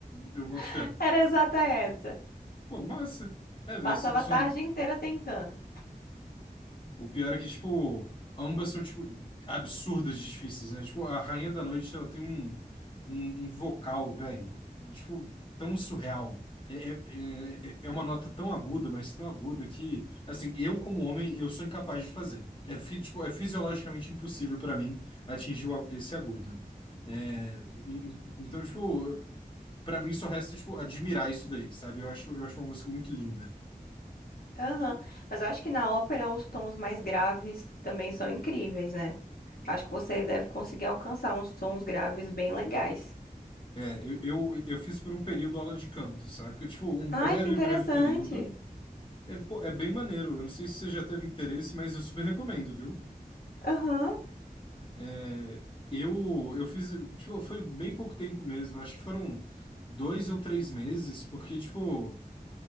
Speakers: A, on the left; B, on the left.
A: Eu boto
B: <laughs>
A: fé.
B: Era exata essa.
A: Pô, massa. É, velho,
B: Passava
A: são, são...
B: a tarde inteira tentando.
A: O pior é que, tipo, ambas são, tipo, absurdas de difíceis, né? Tipo, a Rainha da Noite, ela tem um, um, um vocal, velho, tipo, tão surreal. É, é, é, é uma nota tão aguda, mas tão aguda que, assim, eu como homem, eu sou incapaz de fazer. É, fi- tipo, é fisiologicamente impossível pra mim atingir o a- esse agudo. É, e- e- então, tipo, pra mim só resta, tipo, admirar isso daí, sabe? Eu acho, eu acho uma música muito linda.
B: Aham. Mas eu acho que na ópera os tons mais graves também são incríveis, né? Acho que você deve conseguir alcançar uns tons graves bem legais.
A: É, eu, eu, eu fiz por um período aula de canto, saca? Tipo, um
B: Ai,
A: breve,
B: que interessante.
A: breve período. É, pô, é bem maneiro. Eu não sei se você já teve interesse, mas eu super recomendo, viu?
B: Aham.
A: É, eu, eu fiz, tipo, foi bem pouco tempo mesmo. Acho que foram dois ou três meses, porque, tipo.